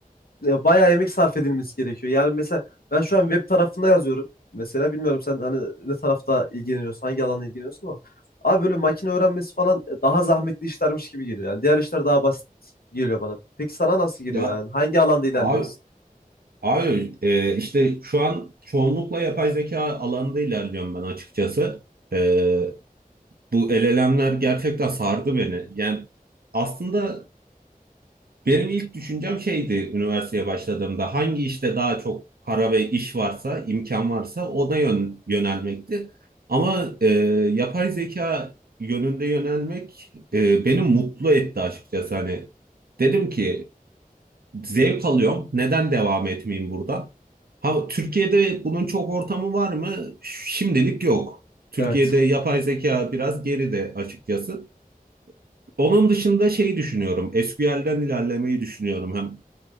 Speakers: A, on the left; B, on the right.
A: e, bayağı emek sarf edilmesi gerekiyor. Yani mesela ben şu an web tarafında yazıyorum. Mesela bilmiyorum sen hani ne tarafta ilgileniyorsun, hangi alanla ilgileniyorsun ama abi böyle makine öğrenmesi falan e, daha zahmetli işlermiş gibi geliyor. Yani diğer işler daha basit geliyor bana. Peki sana nasıl geliyor
B: Ya
A: yani? Hangi alanda ilerliyorsun?
B: Abi, abi e, işte şu an çoğunlukla yapay zeka alanında ilerliyorum ben açıkçası. E, bu LLM'ler gerçekten sardı beni. Yani aslında benim ilk düşüncem şeydi üniversiteye başladığımda hangi işte daha çok para ve iş varsa, imkan varsa ona yön, yönelmekti. Ama e, yapay zeka yönünde yönelmek e, beni mutlu etti açıkçası. Hani dedim ki Zevk alıyorum. Neden devam etmeyeyim burada? Ha, Türkiye'de bunun çok ortamı var mı? Şimdilik yok. Türkiye'de
A: Evet.
B: yapay zeka biraz geride açıkçası. Onun dışında şeyi düşünüyorum. SQL'den ilerlemeyi düşünüyorum. Hem